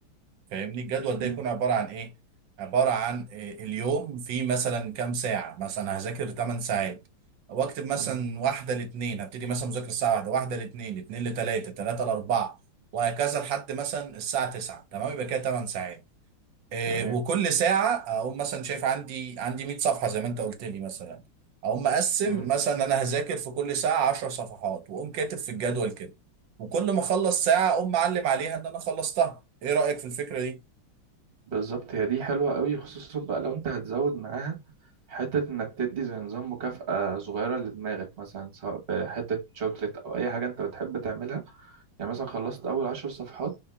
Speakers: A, on the right; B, on the right.
A: فاهمني الجدول ده
B: مم.
A: يكون عبارة عن ايه عبارة عن إيه اليوم فيه مثلا كام ساعة مثلا هذاكر 8 ساعات واكتب مثلا
B: مم.
A: واحدة لاتنين هبتدي مثلا مذاكرة الساعة واحدة واحدة لاتنين اتنين لتلاتة تلاتة لأربعة وهكذا لحد مثلا الساعة 9 تمام يبقى كده 8 ساعات إيه
B: تمام
A: وكل ساعة أقوم مثلا شايف عندي عندي 100 صفحة زي ما أنت قلت لي مثلا أقوم مقسم
B: مم.
A: مثلا أنا هذاكر في كل ساعة 10 صفحات وأقوم كاتب في الجدول كده وكل ما أخلص ساعة أقوم معلم عليها إن أنا خلصتها إيه رأيك في الفكرة دي؟
B: بالظبط هي دي حلوة قوي خصوصا بقى لو انت هتزود معاها حتة انك تدي زي نظام مكافأة صغيرة لدماغك مثلا سواء بحتة شوكليت او اي حاجة انت بتحب تعملها يعني مثلا خلصت اول عشر صفحات